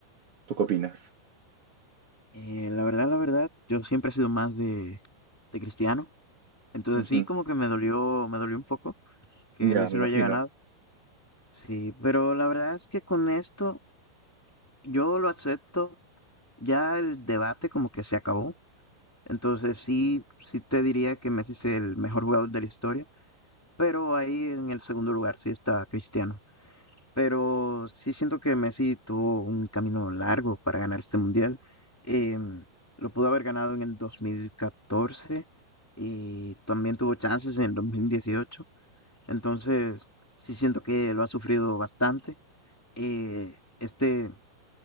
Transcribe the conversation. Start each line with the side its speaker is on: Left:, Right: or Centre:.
Right: ¿Tú qué opinas?
Centre: Eh, la verdad, la verdad, yo siempre he sido más de, de cristiano, entonces
Right: Ujú.
Centre: sí como que me dolió, me dolió un poco que
Right: Ya,
Centre: Messi
Right: me imagino.
Centre: lo haya ganado. Sí, pero la verdad es que con esto yo lo acepto, ya el debate como que se acabó, entonces sí, sí te diría que Messi es el mejor jugador de la historia, pero ahí en el segundo lugar sí está Cristiano, pero sí siento que Messi tuvo un camino largo para ganar este mundial, Em, lo pudo haber ganado en el 2014 y también tuvo chances en el 2018, entonces sí siento que lo ha sufrido bastante. eh, este,